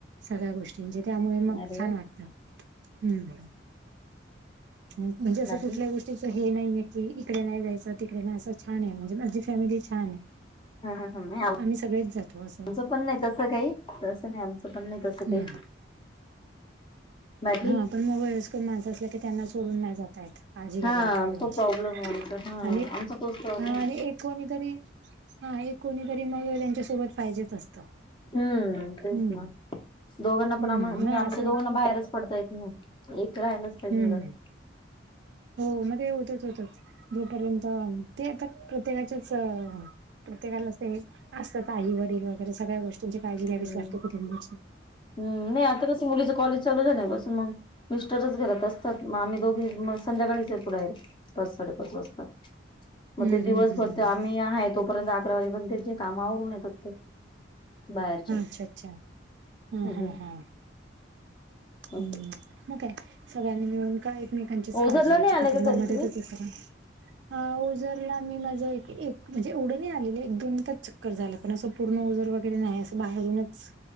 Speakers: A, on the right; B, on the left.
A: सगळ्या गोष्टींचे त्यामुळे मग
B: अरे
A: छान
B: वा
A: वाटतं. हम्म.. ह म्हणजे असं
B: बाकी
A: कुठल्या गोष्टीच हे नाहीये कि इकडे नाही जायचं तिकडे नाही अस छान आहे म्हणजे माझी फॅमिली छान आहे
B: ह ह ह आमच
A: आम्ही सगळेच जातो असं
B: पण नाही तस काही तसं नाही आमच पण नाही तसं
A: हम्म
B: काही बाकी
A: हा पण मग वयस्कर माणसं असल्या तर त्यांना सोडून नाही जात आहेत काळजी घ्यावी
B: हा
A: लागते त्यांची
B: तो प्रॉब्लेम आहे आमचा हा
A: आणि
B: आमचा तोच प्रॉब्लेम
A: हा आणि एक कोणीतरी हा एक कोणी तरी मग त्यांच्यासोबत पाहिजेच असतं.
B: हम्म.. तेच
A: हम्म
B: ना.. दोघांना
A: हम्म
B: पण आम्हा म्हणजे
A: नाही
B: आमच्या
A: असं
B: दोघांना बाहेरच पडता येत नाही. एक राहिलाच पाहिजे
A: हम्म
B: ना
A: हो म ते होतच होत जोपर्यंत ते आता प्रत्येकाच्याच प्रत्येकालाच ते असतात आई वडील वगैरे सगळ्या गोष्टींची काळजी
B: हम्म
A: घ्यावीच लागते कुटुंबाची
B: हम्म नाही आता कस मुलीचं कॉलेज चालू झाल्यापासून मग मिस्टरच घरात असतात म आम्ही दोघी संध्याकाळीच येतो डायरेक पाच साडेपाच वाजता म
A: हम्म
B: ते दिवसभर
A: हम्म हम्म
B: ते आम्ही आहे तोपर्यंत अकरा वाजेपर्यंत जे कामा आवरून येतात ते बाहेरचे
A: अच्छा अच्छा हा
B: हम्म
A: हा हा हम्म
B: असं
A: मग काय सगळ्यांनी मिळून का एकमेकांचीच
B: ओझरला
A: काळजी घ्यायची
B: नाही आलाय
A: कुटुंबामध्ये
B: का कधी तुम्ही
A: त तेचना हा उजरला मी माझं एक म्हणजे एवढं नाही आलेले एक दोन तच कट झाला पण असं पूर्ण उजर वगैरे नाही असं बाहेरूनच